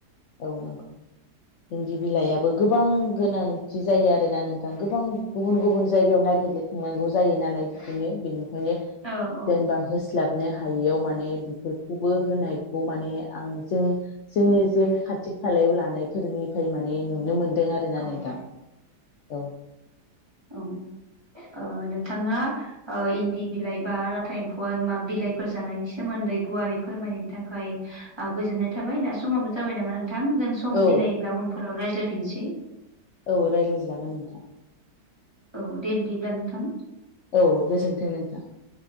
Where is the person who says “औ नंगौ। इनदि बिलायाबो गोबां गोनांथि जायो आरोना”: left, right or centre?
Left